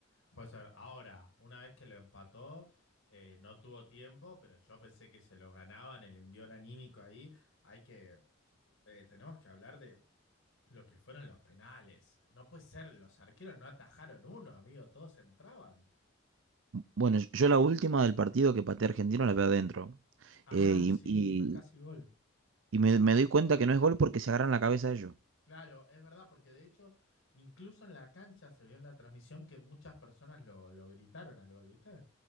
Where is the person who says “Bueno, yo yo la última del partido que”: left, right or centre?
Right